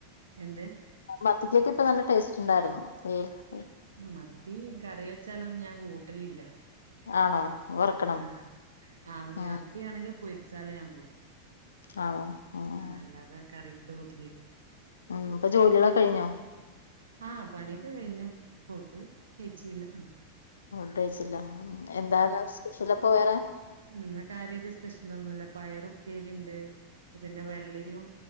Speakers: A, on the right (about 65°); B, on the left (about 70°).
A: എന്ത്?
B: മത്തിക്കൊക്കിപ്പ നല്ല ടേസ്റ്റിണ്ടായിരുന്നു. ഉം
A: ഉം, മത്തീ കറി വെച്ചാലൊന്നും ഞാൻ കൂട്ടലില്ല.
B: ആണോ? വറക്കണം
A: ആഹ് ആ മ്യത്തിയാണെങ്കി
B: ഉം
A: പൊരിച്ചാലേ ഞാൻ കൂട്ടൊള്ളു.
B: ആണോ ഉം ഉം
A: ആഹ് അല്ലാതെ കറി വെച്ച് കൂട്ടലില്ല.
B: ഉം ഇപ്പ ജോലികളെക്ക കഴിഞ്ഞോ?
A: ആഹ് പണിയൊക്ക കഴിഞ്ഞു ഫുഡ് കെയിച്ചില്ല ആഹ്
B: ഫുഡെയിച്ചില്ല എന്താന്ന് സ്പെഷ്യലപ്പ വേറേ?
A: ഇന്ന് കാര്യോയിട്ട് സ്പെഷ്യലൊന്നില്ല പയറുപ്പേരിണ്ട് പിന്ന വെള്ളരിയും